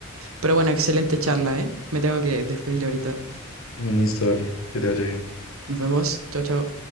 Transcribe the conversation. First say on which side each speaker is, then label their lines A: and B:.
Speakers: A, on the right; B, on the left.
A: Pero bueno, excelente charla, ¿eh? Me tengo que despedir ahorita.
B: Listo, dale, que te vaya bien.
A: Nos vemos, chao, chao.